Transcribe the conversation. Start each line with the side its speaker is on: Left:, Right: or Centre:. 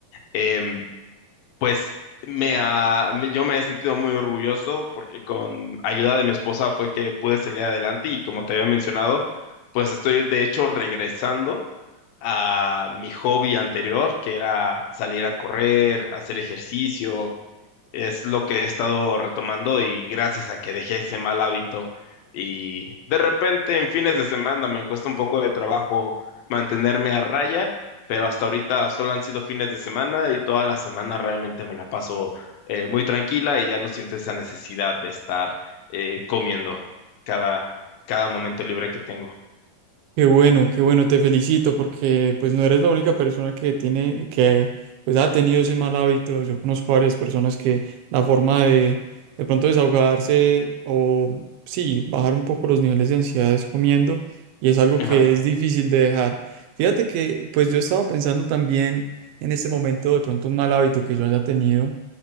Left: em, pues me, ha- me- yo me he sentido muy orgulloso porque con ayuda de mi esposa fue que pude salir adelante y como te había mencionado, pues estoy de hecho regresando a mi hobby anterior, que era salir a correr, hacer ejercicio, es lo que he estado retomando y gracias a que dejé ese mal hábito y de repente en fines de semana me cuesta un poco de trabajo mantenerme a raya, pero hasta ahorita solo han sido fines de semana y toda la semana realmente me la paso eh, muy tranquila y ya no siento esa necesidad de estar eh, comiendo cada, cada momento libre que tengo.
Right: Qué bueno, qué bueno, te felicito porque pues no eres la única persona que tiene, que pues ha tenido ese mal hábito. Yo conozco varias personas que la forma de de pronto desahogarse o sí, bajar un poco los niveles de ansiedad es comiendo y es algo
Left: Ajá,
Right: que es difícil de dejar. Fíjate que pues yo estaba pensando también en este momento de pronto un mal hábito que yo haya tenido.